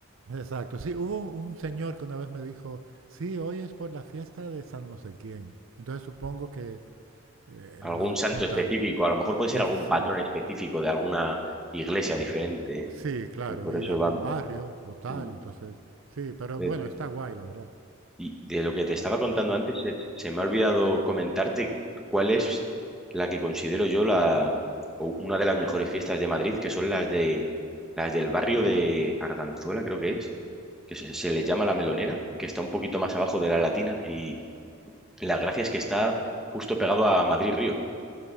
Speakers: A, on the right; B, in the centre.
A: exacto. Sí, hubo un, un señor que una vez me dijo, sí, hoy es por la fiesta de San no sé quién. Entonces supongo que eh,
B: Algún
A: lo
B: santo
A: juntar.
B: específico, a lo mejor puede
A: Es,
B: ser algún
A: sí,
B: patrón específico de alguna iglesia diferente,
A: Sí, claro,
B: y por
A: y
B: eso
A: de algún
B: van.
A: barrio o tal,
B: mm,
A: entonces, sí, pero
B: de-
A: bueno, está guay, la verdad.
B: Y de lo que te estaba contando antes, se, se me ha olvidado comentarte cuál es la que considero yo la o una de las mejores fiestas de Madrid, que son las de las del barrio de Arganzuela, creo que es, que se, se le llama La Melonera, que está un poquito más abajo de la Latina y La gracia es que está justo pegado a Madrid-Río,